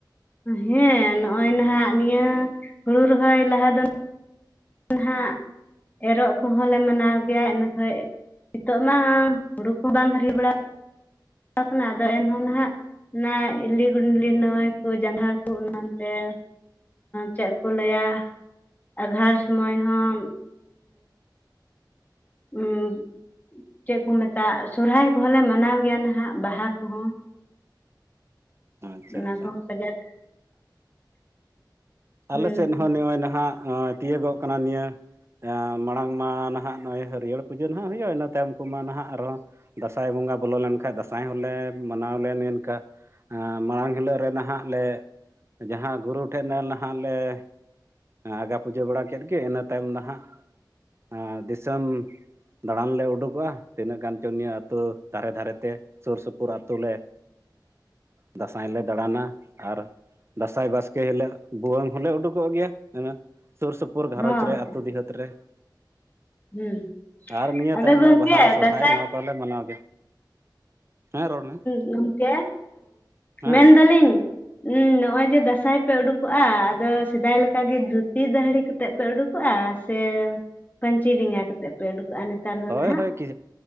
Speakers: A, on the left (about 25°); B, on the right (about 35°).
A: ᱦᱮᱸ ᱱᱚᱜᱚᱭ ᱱᱟᱦᱟᱜ ᱱᱤᱭᱟᱹ ᱦᱩᱲᱩ ᱨᱚᱦᱚᱭ ᱞᱟᱦᱟ ᱫᱚ ᱱᱟᱦᱟᱜ᱾ ᱱᱟᱦᱟᱜ, ᱮᱨᱚᱜ ᱠᱚᱦᱚᱸ ᱞᱮ ᱢᱟᱱᱟᱣ ᱜᱮᱭᱟ ᱤᱱᱟᱹᱠᱷᱟᱱ ᱱᱤᱛᱚᱜ ᱢᱟ ᱦᱩᱲᱩ ᱠᱚᱦᱚᱸ ᱵᱟᱝ ᱦᱟᱹᱨᱤᱭᱟᱹᱲ ᱵᱟᱲᱟ ᱠᱟᱱᱟ ᱟᱫᱚ ᱮᱱᱦᱚᱸ ᱱᱟᱦᱟᱜ᱾ ᱚᱱᱟ ᱤᱞᱤ ᱜᱩᱰᱞᱤ ᱱᱟᱹᱭ ᱠᱚ ᱡᱟᱱᱰᱷᱟᱲ ᱠᱚ ᱚᱱᱟ ᱛᱮ᱾ᱬ ᱪᱮᱫ ᱠᱚ ᱞᱟᱹᱭᱟ ᱟᱸᱜᱷᱟᱲ ᱥᱚᱢᱚᱭ ᱦᱚᱸ, ᱦᱩᱸ, ᱪᱮᱫ ᱠᱚ
B: ᱟᱪᱪᱷᱟ
A: ᱢᱮᱛᱟᱜᱼᱟ ᱥᱚᱨᱦᱟᱭ ᱠᱚᱦᱚᱸᱞᱮ ᱢᱟᱱᱟᱣ ᱜᱮᱭᱟ ᱱᱟᱦᱟᱜ ᱵᱟᱦᱟ ᱠᱚᱦᱚᱸ᱾
B: ᱟᱪᱪᱷᱟ
A: ᱚᱱᱟ
B: ᱟᱪᱪᱷᱟ
A: ᱠᱚᱦᱚᱸ ᱯᱟᱡᱟᱠ ᱠᱟᱱ᱾
B: ᱟᱞᱮ
A: ᱦᱩᱸ
B: ᱥᱮᱫ ᱦᱚᱸ ᱱᱚᱜᱼᱚᱭ ᱱᱟᱦᱟᱜ ᱛᱤᱭᱳᱜᱚᱜ ᱠᱟᱱᱟ ᱱᱤᱭᱟᱹ ᱢᱟᱲᱟᱝ ᱢᱟ ᱱᱟᱦᱟᱜ ᱱᱚᱜᱼᱚᱭ ᱦᱟᱹᱨᱭᱟᱹᱲ ᱯᱩᱡᱟᱹ ᱱᱟᱦᱟᱜ ᱦᱩᱭᱩᱜᱼᱟ ᱤᱱᱟᱹ ᱛᱟᱭᱚᱢ ᱠᱚᱢᱟ ᱱᱟᱦᱟᱜ ᱟᱨᱦᱚᱸ ᱫᱟᱸᱥᱟᱭ ᱵᱚᱸᱜᱟ ᱵᱚᱞᱚ ᱞᱮᱱᱠᱟᱱ ᱫᱟᱸᱥᱟᱭ ᱦᱚᱸᱞᱮ ᱢᱟᱱᱟᱣ ᱞᱮᱭᱟ ᱚᱱᱠᱟ᱾ ᱢᱟᱲᱟᱝ ᱦᱤᱞᱳᱜ ᱨᱮ ᱱᱟᱦᱟᱜ ᱞᱮ ᱡᱟᱦᱟᱸ ᱜᱩᱨᱩ ᱴᱷᱮᱡ ᱱᱟ ᱟᱞᱮ ᱟᱸᱜᱟ ᱯᱩᱡᱟᱹ ᱵᱟᱲᱟ ᱠᱮᱫ ᱜᱮ ᱤᱱᱟᱹ ᱛᱟᱭᱚᱢ ᱦᱟᱸᱜ᱾ ᱟᱨ ᱫᱤᱥᱚᱢ, ᱫᱟᱬᱟᱱ ᱞᱮ ᱩᱰᱩᱠᱚᱜᱼᱟ ᱛᱤᱱᱟᱹᱜ ᱜᱟᱱ ᱪᱚᱝ ᱱᱤᱭᱟᱹ ᱟᱹᱛᱩ ᱫᱷᱟᱨᱮ ᱫᱷᱟᱨᱮᱛᱮ ᱥᱩᱨ ᱥᱩᱯᱩᱨ ᱟᱹᱛᱩ ᱞᱮ ᱫᱟᱸᱥᱟᱭ ᱞᱮ ᱫᱟᱬᱟᱱᱟ ᱟᱨ ᱫᱟᱸᱥᱟᱭ ᱵᱟᱥᱠᱮ ᱦᱤᱞᱳᱜ ᱵᱷᱩᱣᱟᱹᱝ ᱦᱚᱸᱞᱮ ᱩᱰᱩᱠᱚᱜ ᱜᱤᱭᱟ ᱥᱩᱨ ᱥᱩᱯᱩᱨ ᱜᱷᱟᱨᱚᱸᱡᱽ
A: ᱦᱚᱸ
B: ᱨᱮ ᱟᱹᱛᱩ ᱰᱤᱦᱟᱹᱛ ᱨᱮ,
A: ᱦᱩᱸ
B: ᱟᱨ ᱱᱤᱭᱟᱹ
A: ᱟᱫᱚ
B: ᱛᱟᱭᱚᱢ
A: ᱜᱚᱢᱠᱮ
B: ᱵᱟᱦᱟ ᱥᱚᱨᱦᱟᱭ
A: ᱫᱟᱸᱥᱟᱭ
B: ᱱᱚᱣᱟ ᱠᱚᱦᱞᱮ ᱢᱟᱱᱟᱣ ᱜᱮᱭᱟ᱾ ᱦᱮᱸ ᱨᱚᱲ ᱢᱮ
A: ᱜᱚᱢᱠᱮ
B: ᱦᱮᱸ
A: ᱢᱮᱱᱫᱟᱞᱤᱧ, ᱱᱚᱜ ᱚᱭ ᱡᱮ ᱫᱟᱸᱥᱟᱭ ᱯᱮ ᱩᱰᱩᱠᱚᱜ-ᱟ ᱟᱫᱚ ᱥᱮᱫᱟᱭ ᱞᱮᱠᱟ ᱜᱮ ᱫᱷᱩᱛᱤ ᱫᱟᱹᱦᱲᱤ, ᱛᱮᱫ ᱯᱮ ᱩᱰᱩᱠᱚᱜᱼᱟ ᱥᱮ ᱯᱟᱹᱧᱪᱤ ᱰᱮᱸᱜᱟ ᱠᱟᱛᱮᱫ ᱯᱮ ᱩᱰᱩᱠᱚᱜᱼᱟ᱾ ᱱᱮᱛᱟᱨ ᱫᱚ
B: ᱦᱳᱭ
A: ᱱᱟᱦᱟᱜ
B: ᱦᱳᱭ ᱠᱤ